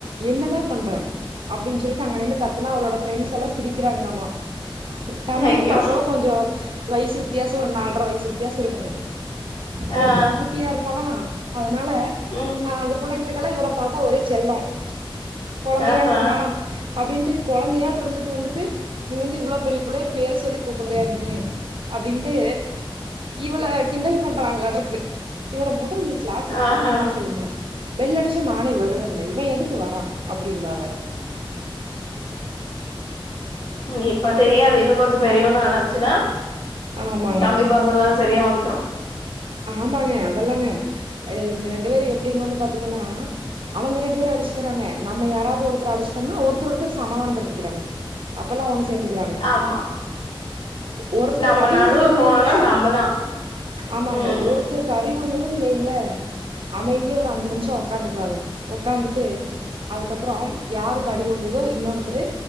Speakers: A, on the right; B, on the left.
A: என்னதா பண்ற அப்டின்னு சொல்லிட்டு அங்க நின்று கத்துனா அவளோட ஃப்ரெண்ட்ஸ் எல்லா சிரிக்கிறாங்களாமா தம்பியு
B: ஐயோ
A: பாப்பாவு கொஞ்சோ வயசு வித்தியாசோ ஒரு நால்ர வயசு வித்தியாசோ இருக்குங்க இவ
B: ஆ
A: கொஞ்சோ குட்டியா இருப்பானா அதனால
B: ம்
A: அந்த புள்ளங்களுக்கு கல்லா இவன பாத்தா ஒரே செல்லோ கொழந்தையாட்ட
B: ஆஹா
A: இக்கிறா அப்டின்ட்டு கொழந்தையாட்ட இருந்துட்டு வந்துட்டு நீ வந்து இவ்ளோ பெரிய புள்ளய பேர் சொல்லி கூப்டுறியா நீயி அப்டின்ட்டு இவள கிண்டல் பண்றாங்களாட்ட இக்குது இவன மொதல்ல நீ கிளாசுக்கு
B: ஆஹா
A: வரவேணானு சொல்லுமா பெல் அடிச்சா நானே வருவேன்ல இவ எதுக்கு வரா அப்டிம்பா அவ
B: ம் இப்ப தெரியாது இன்னு கொஞ்சோ பெரியவானானச்சுனா
A: ஆமாங்க
B: தம்பி பாசோ எல்லாம் செரியா வந்துரு
A: ஆமாங்க அதெல்லாங்க இவங்க ரெண்டு பேரு எப்பிடின்னு வந்து பாத்தீங்கன்னா அவங்க ரெண்டு பேரு அடிச்சுக் ங்க நம்ம யாராவது ஒருத்தர அடிச்சுட்டம்ன்னா ஒருத்தர் ஒருத்தர் சமாதானப்படுத்திக்கிறாங்க அப்பெல்லா ஒன்னு சேந்துக்கிறாங்க
B: ஆமா
A: ஒருத்தருக்கு
B: நம்ம
A: அடி
B: நடுவுல
A: உழுந்ததன்னு
B: போனோனா
A: வைங்களே
B: நம்பதா
A: ஆமாங்க
B: ம்
A: ஒருத்தருக்கு
B: ம்
A: அடி உழுந்து துனா வெய்யிங்களே அமைதியா ஒரு அஞ்சு நிமிஷோ உக்காந்துக்குவாங்க உக்காந்துட்டு அதுக்கப்புறம் யாருக்கு அடி உழுந்துதோ இன்னொருத்தரு